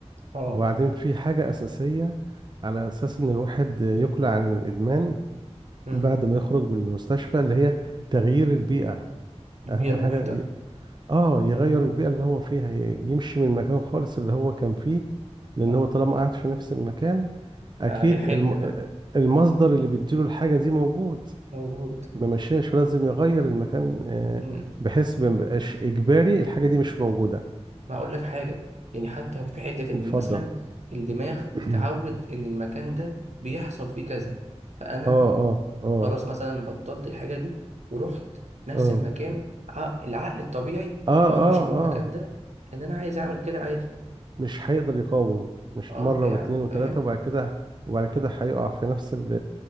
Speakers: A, on the right; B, on the right.
A: أه
B: وبعدين في حاجه اساسيه على اساس ان الواحد يقلع عن الادمان
A: مم.
B: بعد ما يخرج من المستشفى اللي هي تغيير البيئه
A: البيئة
B: اهم
A: المحيطة
B: حاجه ي- اه يغير
A: مم.
B: البيئه اللي هو فيها ي- يمشي من المكان خالص اللي هو كان فيه لان
A: أه
B: هو طالما قاعد في نفس المكان اكيد
A: هيحن
B: الم...
A: بقى
B: المصدر اللي بيديله الحاجه دي موجود
A: موجود
B: ممشيهاش لازم يغير المكان آه،
A: مم.
B: بحيث ما يبقاش اجباري الحاجه دي مش موجوده
A: ما اقول لك حاجه يعني حتى في حته ان
B: اتفضل
A: مثلا الدماغ بتتعود
B: <clears throat>
A: ان المكان ده بيحصل فيه كذا فانا
B: اه اه اه
A: خلاص مثلا بطلت الحاجه دي ورحت نفس
B: اه
A: المكان ع- العقل الطبيعي
B: اه
A: اول ما
B: اه
A: اشوف المكان
B: اه
A: ده ان انا عايز اعمل كده عادي
B: مش هيقدر يقاوم مش
A: اه
B: مرة
A: فا-
B: واتنين وتلاتة
A: فاهم
B: وبعد كده وبعد كده هيقع في نفس ال